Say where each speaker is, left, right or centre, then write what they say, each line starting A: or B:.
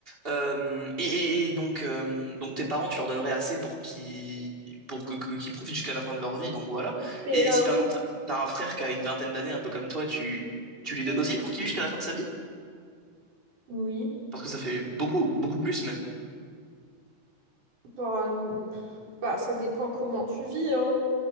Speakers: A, on the right (about 15°); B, on the right (about 65°).
A: Euh, et, et- et donc, euh, donc tes parents, tu leur donnerais assez pour qu'ils pour que, que- qu'ils profitent jusqu'à la fin de leur vie, donc voilà.
B: Mais
A: Et, et
B: euh,
A: si par
B: oui,
A: exemple t'as un frère qui a une vingtaine d'années, un peu comme toi, tu tu lui donnes
B: oui.
A: aussi pour qu'il vive jusqu'à la fin de sa vie?
B: Oui.
A: Parce que ça fait beaucoup, beaucoup plus même.
B: Bah, n- bah, ça dépend comment tu vis, hein.